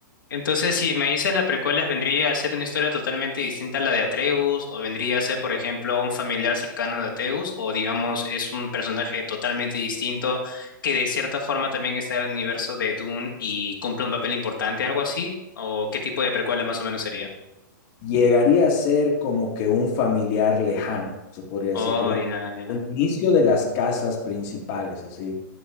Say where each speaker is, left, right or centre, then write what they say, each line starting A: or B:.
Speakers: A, on the left; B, on the left.
A: Entonces, si me dices las precuelas, ¿vendría a ser una historia totalmente distinta a la de Atreus? ¿O vendría a ser, por ejemplo, un familiar cercano de Atreus? ¿O digamos, es un personaje totalmente distinto que de cierta forma también está en el universo de Dune y cumple un papel importante, algo así? ¿O qué tipo de precuela más o menos sería?
B: Llegaría a ser como que un familiar lejano, se podría decir,
A: Oh,
B: como
A: ya, ya.
B: el inicio de las casas principales, así.